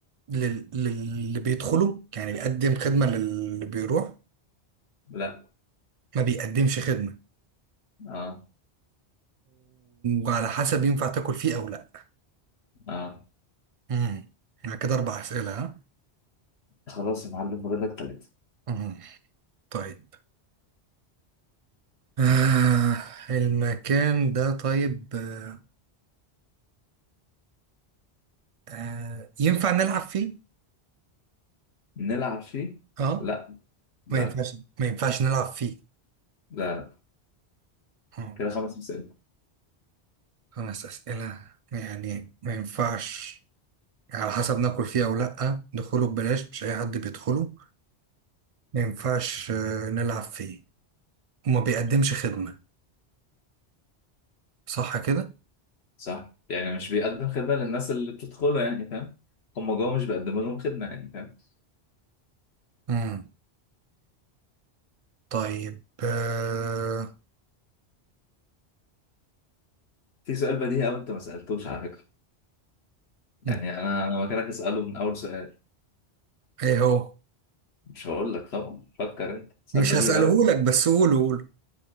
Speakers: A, on the right; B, on the left.
A: لل... للي بيدخله يعني بيقدم خدمة للي بيروح
B: لا
A: ما بيقدمش خدمة
B: اه
A: وعلى حسب ينفع تاكل فيه أو لا
B: اه
A: امم يعني كده اربع اسئله ها
B: خلاص يا معلم فاضل لك ثلاثة
A: امم طيب آه المكان ده طيب آه آه ينفع نلعب فيه
B: نلعب فيه
A: اه
B: لا لا
A: ما ينفعش ما ينفعش نلعب فيه
B: لا
A: آه.
B: كده خمس مسائل
A: خمس اسئله يعني ما ينفعش على حسب ناكل فيه او لا دخوله ببلاش مش اي حد بيدخله ما ينفعش آه نلعب فيه وما بيقدمش خدمه صح كده
B: صح يعني مش بيقدم خدمة للناس اللي بتدخله يعني فاهم هم جوه مش بيقدموا لهم خدمة يعني فاهم
A: امم طيب آه
B: في سؤال بديهي أوي أنت ما سألتوش على فكرة يعني
A: مم.
B: أنا أنا مكانك أسأله من أول سؤال
A: ايه هو
B: مش هقول لك طبعا فكر أنت سؤال
A: مش
B: بديهي
A: هسأله
B: أوي يعني.
A: لك بس قوله قوله